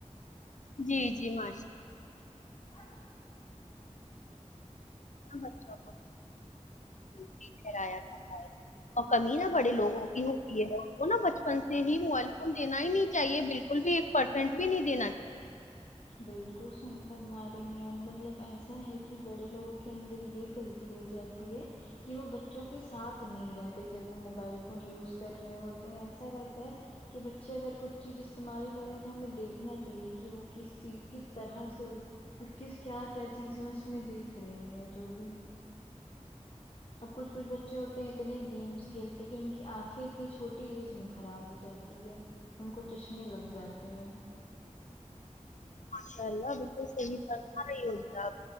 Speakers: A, on the left (about 80°); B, on the left (about 50°).
A: جی جی ماش
B: <unintelligible>
A: بچوں کو <unintelligible> ٹھرایا جاتا ہے اور کمی نہا بڑے لوگوں کی ہوتی ہے وہ نا بچپن سے ہی موبائل فون دینا ہی نہیں چاہیے بالکل بھی ایک پرسینٹ بھی نہیں دینا
B: بالکل صحیح فرما رہی ہیں آپ مطلب ایسا ہے کہ بڑے لوگوں کے اندر یہ کنفیو تی ہو جاتی ہے کہ وہ بچوں کے ساتھ نہیں رہتے جب وہ موبائل فون یوز کر رہے ہوتے ہیں ایسا رہتا ہے کہ بچے اگر کچھ چیز استعمال کرے تو ہمیں دیکھنا چاہیے کہ وہ کس چیز کس طرح سے اور کس کیا کیا چیزیں اس میں دیکھ رہے ہیں جو بھی اب کچھ کچھ بچے ہوتے ہیں اتنے گیمس کھیلتے ہیں کہ ان کی آنکھیں اتنی چھوٹی ایج میں خراب ہو جاتی ہے ان کو چشمے لگ جاتے ہیں
A: ماشاءاللہ بالکل صحیح فرما رہی ہو بیٹا آپ